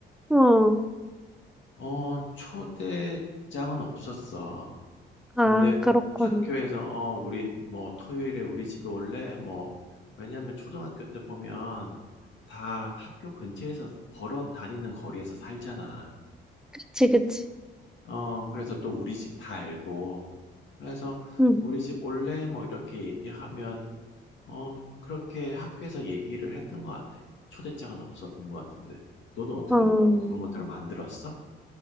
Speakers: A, in the centre; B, on the left.
A: 어,
B: 어, 초대장은 없었어.
A: 아,
B: 근데
A: 그렇구나.
B: 학교에서, 어, 우리 뭐 토요일에 우리 집에 올래? 뭐, 왜냐면 초등학교 때 보면 다 학교 근처에서 걸어 다니는 거리에서 살잖아.
A: 그치, 그치.
B: 어, 그래서 또 우리 집 다 알고, 그래서
A: 응,
B: 우리 집 올래? 뭐 이렇게 얘기하면, 음, 그렇게 학교에서 얘기를 했던 것 같아. 초대장은 없었던 것 같은데. 너는 어떻게
A: 어,
B: 뭐 그런 것들을 만들었어?